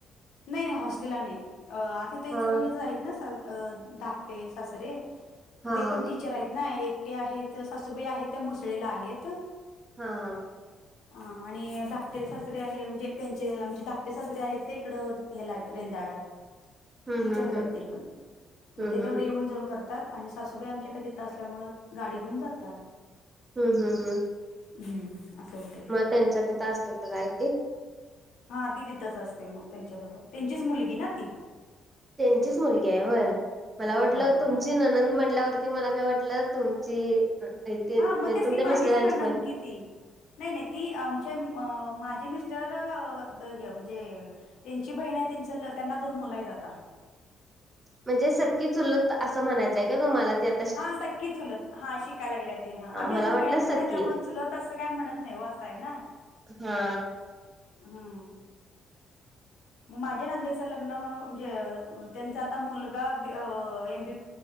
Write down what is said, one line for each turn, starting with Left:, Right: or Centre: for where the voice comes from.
Left: नाही नाही हॉस् थ इ म्हण
Right: हा
Left: ना धाकटे सरे मग
Right: हा
Left: ते
Right: हा
Left: पण टीचर आहेत ना एकटे आहेत सासूबाई आहेत त्या मुसळेल्या आहेत
Right: हा हा
Left: ह ह आणि धाकटे सासरे आहे म्हणजे त्यांचे आमचे ाकटे सासरे आहेत ते इकडं हे लाग रेंदाळला
Right: हम्म
Left: टीचर
Right: हम्म
Left: आहेत
Right: हम्म
Left: ते पण मग
Right: हम्म
Left: ते तिकडं
Right: हम्म
Left: येऊन जाऊन करत आणि सासूबाई आमच्याकडे येत असल्यामुळे गाडी घेऊन जातात
Right: हम् हम हम्
Left: हम्म अस असं होते
Right: त्यांच्या तिथं असते का काय ते
Left: हा ती दथच असते मग त्यांच्याजवळ त्यांचीच मुलगी ना ती
Right: त्यांचीच मुलगी आहे होय मला
Left: होय
Right: वाटलं
Left: होय होय
Right: तुमची ननंद म्हटल्यावरती ते मला काय वाटलं तुमची ते
Left: हा
Right: म्हणजे
Left: मग तेच
Right: तुमच्या
Left: की माझीच
Right: मिस्टरांची
Left: ननंद
Right: बाई
Left: ती नाही नाही ती आमचे माझे मिस्टर म्हणजे त्यांची बहीण आहे त्यांच त्यांना पण मुलं आहेत आता
Right: म्हणजे सक्कीच उलत असं म्हणायचंय का तुम्हाला त्या
Left: हा सक्की चुलत हा शिकायला लागल्या ते हा आम्ही
Right: मला
Left: अजून
Right: वाटलं
Left: जॉईंटत
Right: सख्खी.
Left: आहोत त्यामुळे चुलत असं काही म्हणत नाही काय ना
Right: हा
Left: हम मग माझ्या नंदेचं लग्न म्हणजे त्यांचा आता मुलगा M B